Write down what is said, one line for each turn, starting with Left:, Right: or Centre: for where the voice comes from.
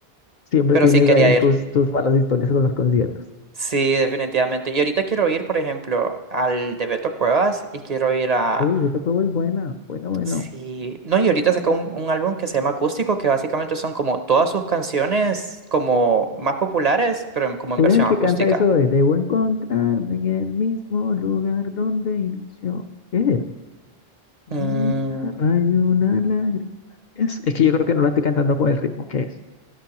Left: Siempre
Right: pero
Left: tienes
Right: sí quería
Left: ahí
Right: ir.
Left: tus, tus malas historias con los conciertos.
Right: Sí, definitivamente. Y ahorita quiero ir, por ejemplo, al de Beto Cuevas y quiero ir a
Left: Uy, Beto Cuevo es buena, bueno, bueno.
Right: Sí, no, y ahorita sacó un, un álbum que se llama Acústico, que básicamente son como todas sus canciones como más populares, pero en- como en
Left: Eres
Right: versión
Left: el que
Right: acústica.
Left: canta eso de Debo encontrarme en el mismo lugar donde inició. ¿Es él Bonita,
Right: Mm,
Left: rayo, una lágrima. Es, es que yo creo que no la estoy cantando con el ritmo que es.